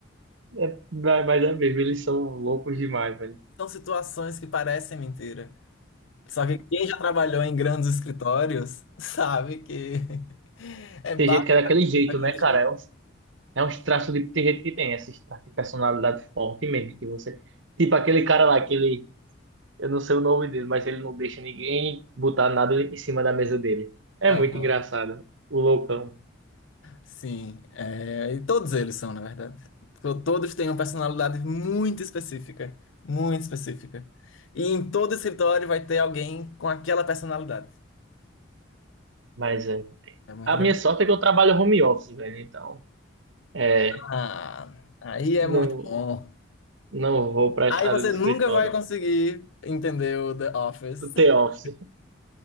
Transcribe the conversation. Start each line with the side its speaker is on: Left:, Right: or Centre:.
Right: é, mas é mesmo, eles são loucos demais, velho.
Left: São situações que parecem mentira. Só que quem já trabalhou em grandes escritórios <laughs> sabe que <laughs> é básico
Right: Tem gente que é daquele jeito,
Left: daquele
Right: né, cara?
Left: jeito.
Right: É um É uns traços de. Tem gente que tem esses traços de personalidade forte mesmo, que você. Tipo aquele cara lá, aquele. Eu não sei o nome dele, mas ele não deixa ninguém botar nada em cima da mesa dele. É
Left: Aham.
Right: muito engraçado. O loucão.
Left: Sim, é, e todos eles são, na verdade. To- Todos têm uma personalidade muito específica, muito específica. E em todo escritório vai ter alguém com aquela personalidade.
Right: Mas é.
Left: É muito
Right: A
Left: engraçado.
Right: minha sorte é que eu trabalho home office, velho. Então. É.
Left: Ah, aí é
Right: Não,
Left: muito bom.
Right: não vou pra
Left: Aí
Right: esse lado
Left: você
Right: do escritório.
Left: nunca vai conseguir entender o The Office,
Right: Do
Left: <laughs>
Right: The Office.